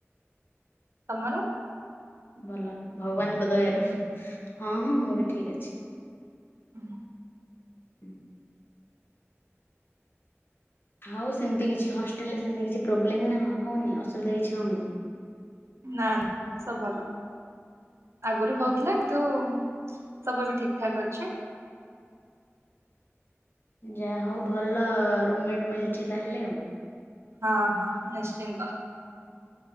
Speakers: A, on the right; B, on the left.
A: ତମର
B: ଭଲ ଭଗବାନଙ୍କ ଦୟାରୁ ହଁ ହଁ ମୁଁବି ଠିକ ଅଛି।
A: ହୁଁ।
B: <unintelligible> ଆଉ ସେମିତି କିଛି ହଷ୍ଟେଲରେ ସେମିତି କିଛି ପ୍ରୋବ୍ଲେମନା ହଉନି ଅସୁବିଧା କିଛି ହଉନି।
A: ନାଁ ନାଁସବୁ ଭଲ ଆଗରୁ ହଉଥିଲା କିନ୍ତୁ ସବୁବି ଠିକ ଠାକ ଅଛି।
B: ଯାହା ହଉ ଭଲ ରୁମମେଟ ମିଳିଛି ତାହେଲେ ଆଉ
A: ହଁ ହଁ ନିଶ୍ଚିନ୍ତ।